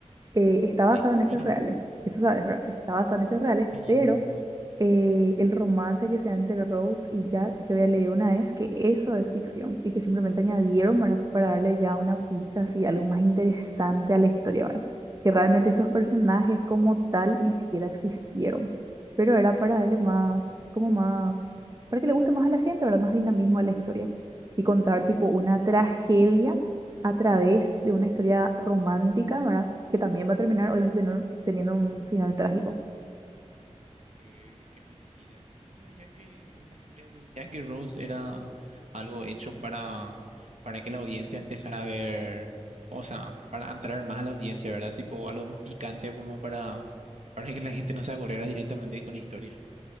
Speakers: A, on the right; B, on the right.
A: eh, está
B: Sí,
A: basado en
B: sí,
A: hechos
B: menos.
A: reales, eso sabes, ¿verdad? Está basado en hechos reales,
B: Sí,
A: pero
B: sí, sí, sí.
A: eh, el romance que se da entre Rose y Jack, yo había leído una vez que eso es ficción y que simplemente añadieron, ¿verdad? Para darle ya una pista así, algo más interesante a la historia, ¿verdad? Que realmente esos personajes como tal ni siquiera existieron, pero era para darle más, como más, para que le guste más a la gente, ¿verdad? Más dinamismo a la historia y contar tipo una tragedia a través de una historia romántica, ¿verdad? que también va a terminar obviamente tener- teniendo un final trágico.
B: Qué, qué mentira. Yo no sabía que la historia de Jackie Rose era algo hecho para, para que la audiencia empezara a ver, o sea, para entrar más a la audiencia, ¿verdad? Tipo algo más picante como para, para que la gente no se aburriera directamente con la historia.